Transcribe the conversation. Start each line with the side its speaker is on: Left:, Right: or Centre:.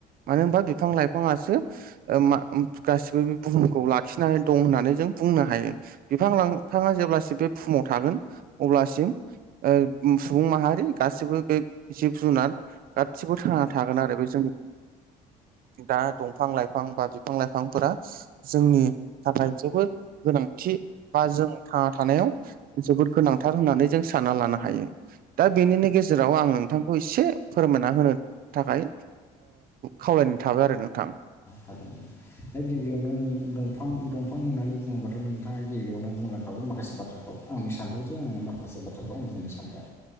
Right: मानो होनबा बिफां लाइफाङासो ओ मा गासिबो बे बुहुमखौ लाखिनानै दं होननानै जों बुंनो हायो बिफां लाांफाङा जेब्लासिम बे बुहुमाव थागोन अब्लासिम ओ सुबुं माहारि गासिबो बे जिब जुनार गासिबो थांना थागोन आरो बे जोंनि दा दंफां लाइफां बा बिफां लाइफांफोरा जोंनि थाखाय जोबोद गोनांथि बा जों थांना थानायाव जोबोद गोनांथार होननानै जों सानना लानो हायो दा बेनिनो गेजेराव गेजेराव आं नोंथांखौ एसे फोरमायना होनो थाखाय खावलायनो थाबाय आरो नोंथां
Left: हागोन दा गिबियावनो दंफां दंफां होननानै बुङोबाथ' नोंथाङा गिबियावनो बुंलांखाबाय माखासे बाथ्राखौ आंनि सान्थौजों आङो माखासे बाथ्राखौ आ बुंनो सानबाय